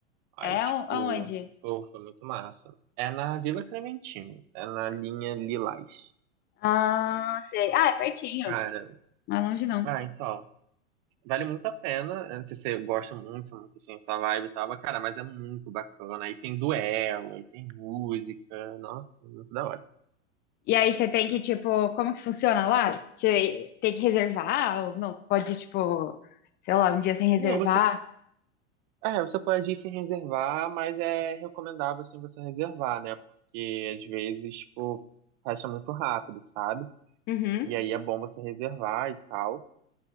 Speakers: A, on the right; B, on the left.
A: Aí,
B: É
A: tipo,
B: o- aonde?
A: pô, foi muito massa. É na Vila Clementino, é na linha Lilás.
B: Ah, sei. Ah, é pertinho,
A: Cara,
B: não é longe não.
A: ah, então, vale muito a pena. Eu Não sei se você gosta muito, se é muito assim, sua vibe e tal, mas, cara, mas é muito bacana. Aí tem duelo, aí tem música, nossa, muito da hora.
B: E aí você tem que, tipo, como que funciona lá? Você tem que reservar? Ou não, você pode, tipo, sei lá, um dia sem reservar?
A: Não, você, é, você pode ir sem reservar, mas é recomendável, assim, você reservar, né? Porque, às vezes, tipo, fecha muito rápido, sabe?
B: Uhum.
A: E aí é bom você reservar e tal.